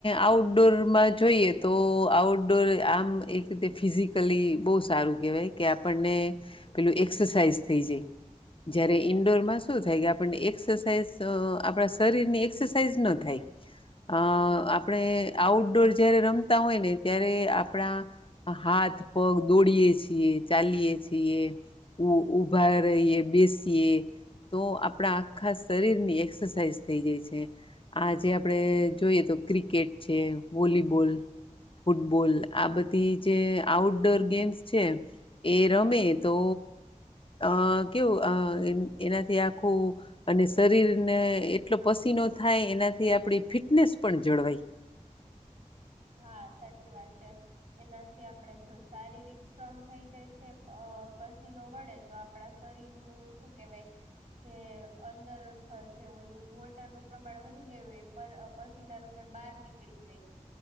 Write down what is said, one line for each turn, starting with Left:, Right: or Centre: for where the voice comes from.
Left: આઉટડોરમાં જોઈએ તો આઉટડોર આમ એક રીતે ફિઝિકલી બહુ સારું કેહેવાય કે આપણને પેલું એક્સરસાાઈઝ થઈ જાય જય્યારે ઈન્ડોરમાં શું થાય કે આપણને એક્સરસાઇઝ આપણા શરીરની એક્સ તે જ ના થાય અ આપણે આઉટડોર જયારે રમતા હોય ને ત્યારે આપણા હાથ પગ દોડીએ છીએ ચાલીય છીએ ઉઊભા રહીએ બેસ તેે તો આપણા આખા શરીરની એક્સરસાઇઝ થઈ જાય છે આ જે આપણે જોઈએ તો ક્રિકેટ છે વોલીબોલ ફૂટબોલ આ બધી જે આઉટડોર ગેમ્સ છે એ રમે તો અ કેવું એનાથી આખું અને શરીરને એટલો પસીનો થાય એનાથી આપ ફીટ ફટનેસ પણ જળવાઈ
Right: હા સાચી વાત છે એનાથી આપણેે જો શારીરિક શ્રમ થઈ જાય છે અ પસીનો વડે તો આપડા શરીર નું શું કેવાય જે અંદર જે ઓલું વોટરનું પ્રમાણ વધી ગયું એ પસીના રૂપે બહાર નીકળી જાય